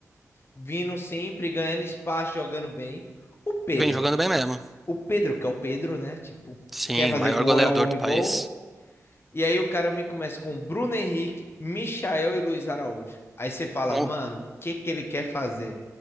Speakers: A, on the left (about 40°); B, in the centre.
A: vindo sempre, ganhando espaço, jogando bem. O Pedro
B: Vem jogando bem mesmo.
A: o Pedro, que é o Pedro, né? Tipo,
B: Sim,
A: quer fazer
B: o maior
A: gol,
B: goleador
A: é o homem
B: do país.
A: gol. E aí o cara me começa com Bruno Henrique, Michael e Luiz Araújo. Aí você fala,
B: Com,
A: mano, o que que ele quer fazer?